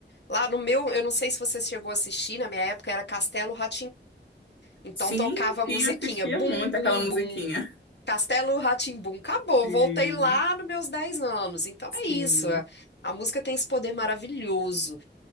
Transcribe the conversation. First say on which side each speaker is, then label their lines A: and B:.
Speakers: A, on the left; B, on the left.
A: Lá no meu, eu não sei se você chegou a assistir, na minha época era Castelo rá Então
B: Sim,
A: tocava a
B: sim,
A: musiquinha
B: eu assistia
A: bum,
B: muito
A: bum,
B: aquela musiquinha.
A: bum. Castelo rá Acabou,
B: Sim,
A: voltei lá nos meus 10 anos. Então
B: sim.
A: é isso. A, a música tem esse poder maravilhoso.